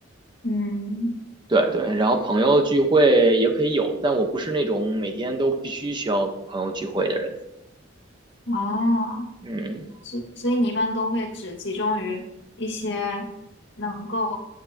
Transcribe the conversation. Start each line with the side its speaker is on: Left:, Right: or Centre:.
Left: 嗯，
Right: 对对，然后朋友聚会也可以有，但我不是那种每天都必须需要朋友聚会的人。
Left: 啊。
Right: 嗯，
Left: 所所以你一般都会只集中于一些能够